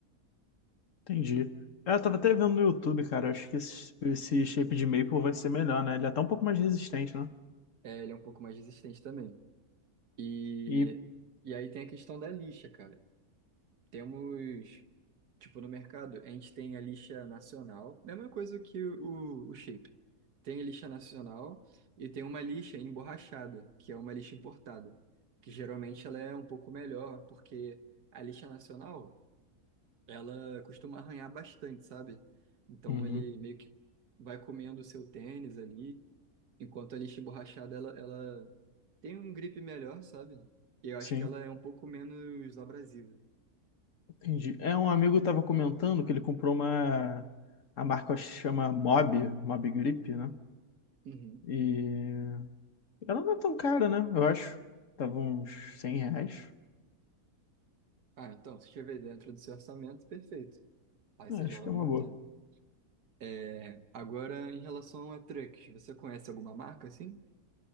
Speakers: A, on the left; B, on the right.
A: entendi. É, Eu tava até vendo no YouTube, cara. Acho que esse, esse shape de maple vai ser melhor, né? Ele é até um pouco mais resistente, né?
B: É, ele é um pouco mais resistente também. E,
A: E
B: e aí tem a questão da lixa, cara. Temos, tipo, no mercado, a gente tem a lixa nacional, mesma coisa que o, o shape. Tem a lixa nacional e tem uma lixa emborrachada, que é uma lixa importada, que geralmente ela é um pouco melhor, porque a lixa nacional, ela costuma arranhar bastante, sabe? Então
A: Uhum.
B: ele meio que vai comendo o seu tênis ali, enquanto a lixa emborrachada, ela, ela tem um grip melhor, sabe? E eu
A: Sim,
B: acho que ela é um pouco menos abrasiva.
A: entendi. É, um amigo estava comentando que ele comprou uma. A marca acho que chama Mob, Mob Grip, né?
B: Uhum.
A: E ela não é tão cara, né? Eu acho. Tava uns 100 reais.
B: Ah, então, se estiver dentro do seu orçamento, perfeito. Aí
A: É,
B: você
A: acho
B: já vai
A: que é uma
B: montando.
A: boa.
B: É, agora, em relação a trucks, você conhece alguma marca assim?